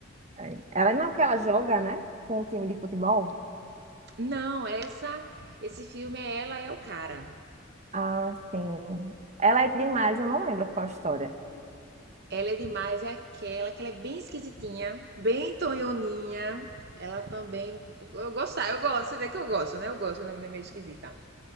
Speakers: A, on the right; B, on the right.
A: é, ela não é porque ela joga, né? Com o time de futebol.
B: Não, essa esse filme é Ela é o Cara.
A: Ah, sim. Ela é demais, eu não lembro qual a história.
B: Ela é demais, é aquela que ela é bem esquisitinha, bem tonhoninha. Ela também. Eu gostar, eu gosto, você vê que eu gosto, né? Eu gosto quando a menina é meio esquisita.